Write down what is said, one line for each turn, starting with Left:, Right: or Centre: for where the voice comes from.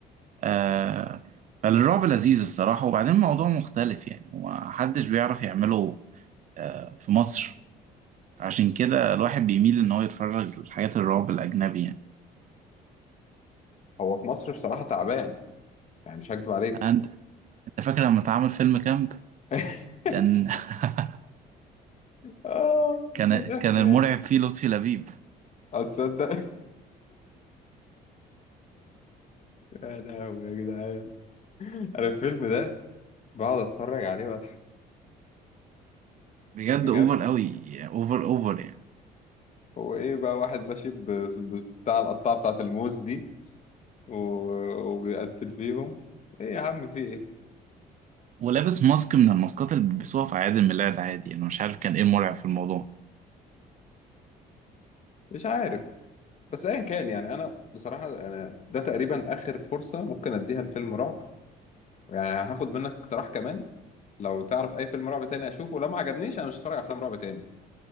Right: آه فالرعب لذيذ الصراحة وبعدين الموضوع مختلف يعني ومحدش بيعرف يعمله آه في مصر عشان كده الواحد بيميل ان هو يتفرج لحاجات الرعب الاجنبي يعني
Left: هو في مصر بصراحه تعبان يعني مش هكدب عليك
Right: أنا- انت فاكر لما اتعمل فيلم كامب
Left: <laughs>
Right: كان <laughs>
Left: اه
Right: كان
Left: ضحك
Right: كان المرعب
Left: يعني
Right: فيه لطفي لبيب
Left: هتصدق <laughs> يا لهوي يا جدعان انا الفيلم ده بقعد اتفرج عليه واضحك
Right: بجد
Left: بجد
Right: اوفر قوي اوفر اوفر يعني
Left: هو ايه بقى واحد ماشي ب- بتاع القطاعه بتاعت الموز دي و... وبيقتل فيهم ايه يا عم في ايه
Right: ولابس ماسك من الماسكات اللي بيلبسوها في اعياد الميلاد عادي انا مش عارف كان ايه المرعب في الموضوع
Left: مش عارف بس ايا كان يعني انا بصراحة انا ده تقريبا اخر فرصة ممكن اديها لفيلم رعب يعني هاخد منك اقتراح كمان لو تعرف اي فيلم رعب تاني اشوفه لو ما عجبنيش انا مش هتفرج على افلام رعب تاني